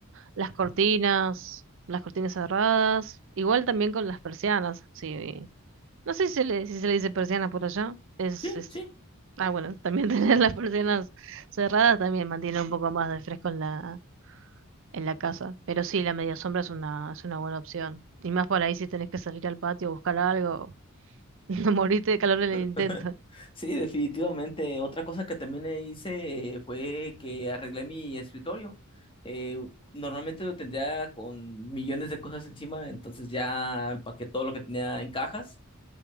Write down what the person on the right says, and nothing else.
Las cortinas, las cortinas cerradas, igual también con las persianas, sí. No sé si se le, si se le dice persiana por allá. Es,
es...
Ah, bueno, también <laughs> tener las persianas cerradas también mantiene un poco más de fresco en la, en la casa. Pero sí, la media sombra es una, es una buena opción. Y más por ahí si tenés que salir al patio a buscar algo, <laughs> no morirte de calor en el
intento.